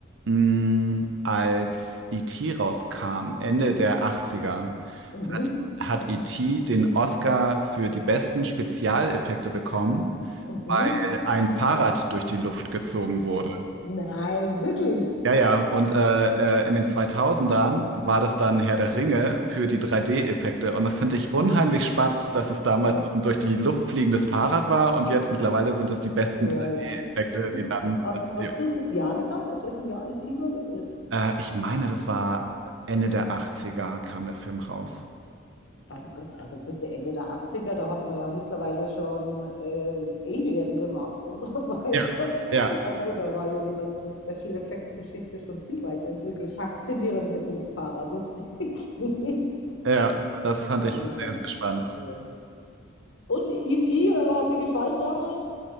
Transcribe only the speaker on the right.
Mm, als E.T. rauskam, Ende der 80er,
hat, hat E.T. den Oscar für die besten Spezialeffekte bekommen.
weil ein Fahrrad durch die Luft gezogen wurde.
Ja, ja, und äh, äh, in den zweitausendern war das dann Herr der Ringe für die 3D-Effekte. Und das finde ich unheimlich spannend, dass es damals
so ein durch die Luft fliegendes Fahrrad war und jetzt mittlerweile sind es die besten
3D-Effekte,
die dann.
Ja.
Äh, ich meine, das war Ende der Achtziger, kam der Film raus.
Ja. Ja,
ja, das fand
ich
sehr, sehr spannend.